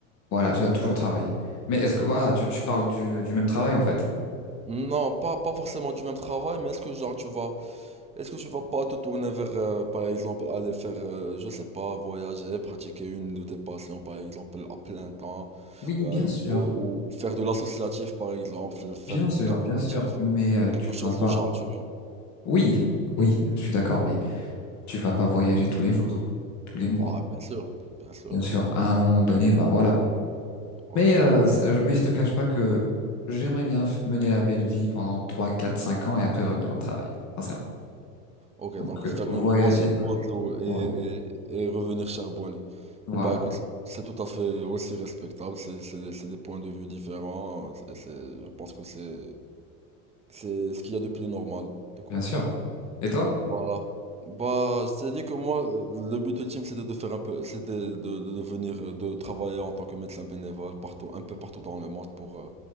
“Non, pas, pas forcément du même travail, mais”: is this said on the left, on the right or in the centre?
Right